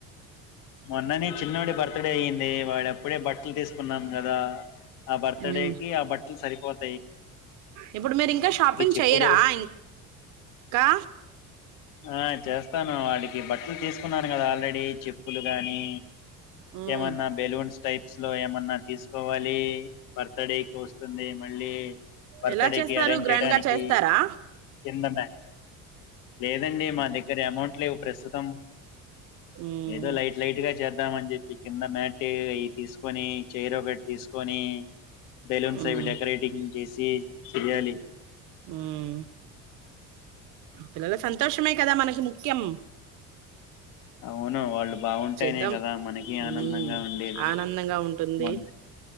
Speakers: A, on the left; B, on the right.
A: మొన్ననే చిన్నోడి బర్త్డే అయ్యింది వాడుెప్పుడే బట్టలు తీసుకున్నాం కదా ఆ బర్త్
B: ఉమ్,
A: డే కి ఆ బట్టలు సరిపోత
B: ఇప్పుడు మీరు ఇంకా షాపింగ్
A: చెప్పులు
B: చెయరా ఇం ఇంకా
A: ఆ చేస్త వాడికి బట్టలు తీసుకు న్నాను కదా ఆల్రెడీ చెప్ప అప్పులు గానీ
B: ఉమ్,
A: ఏమన్నా బెలూన్స్ టైప్ లో ఏమన్నా తీసుకోవాలి బర్త్ డేకి వస్తుంది మళ్ళీ బర్త్
B: ఎలా
A: డేకి
B: చేస్తారు
A: అరేంజ్
B: గ్రాండ్
A: చేయడానికి
B: గా చేస్తారా
A: కిందమా్యా లేదండి మా దగ్గర అమౌంట్ లేవు ప్రస్తుతం
B: ఉమ్
A: ఏదో లైట్ లై గా చేద్ద ద్దామ అని చెప్పి కింద మేట్ అ తీసుకొని చైర ఒకటి తీసుకొని బెలూన్స్
B: ఉమ్
A: అవి డెకరేటింగ్ చేసి చేయాలి
B: హ్మ్ పిల్లల సంతోషమే కదా మనకి ముఖ్యం.
A: అవును వాళ్ళు బాగుంటానే
B: చేద్దాం
A: కదా, మనకి ఆనందంగా
B: ఉమ్
A: ఉండేది.
B: ఆనందంగా ఉంటుంది
A: మొన్